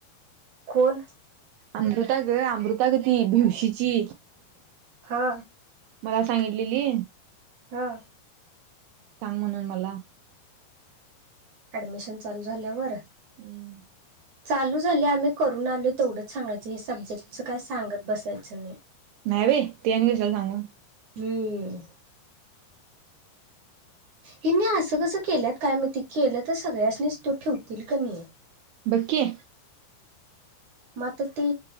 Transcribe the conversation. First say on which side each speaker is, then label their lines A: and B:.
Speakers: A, on the right; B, on the right.
A: कोण?
B: अमृता ग, अमृता ग ती भिवशीची.
A: हा.
B: काय सांगितलेली?
A: हा.
B: सांग म्हणून मला.
A: ऍडमिशन चालू झाल्यावर.
B: हम्म.
A: चालू झाल्या आम्ही करून आलो, तेवढंच सांगायचं हे सब्जेक्टच काय सांगत बसायचं नाही.
B: नाही बाई ते आणि कशाला सांगू.
A: हम्. हिने असं कसं केल्यात काय महिती, केलं तर सगळ्यासनीच तू ठेवतील क नाही.
B: ब क्की.
A: म आता ते